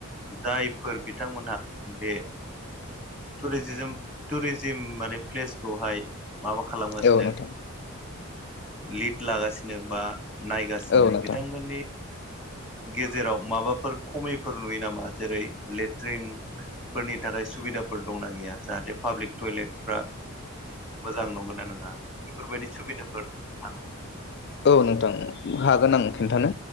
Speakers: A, in the centre; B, on the left.
A: जायफोर बिथांमोनहा बे टुरि टुरिजिम माने प्लेसखौहाय माबा खालामगासिनो
B: औ नोंथां
A: लिड लागासिनो बा नायगासिनो
B: औ नोंथां
A: बिथांमोननि गेजेराव माबाफोर खमिफोर नुयो नामा जेरै लेट्रिं फोरनि थाखाय सुबिदाफोर दंना गैया जाहाथे पाब्लिक टयलेटफ्रा मोजां नंगौ न नङा बेफोरबायदि सुबिदाफोर थानाय
B: औ नोंथां हागोन आं खिन्थानो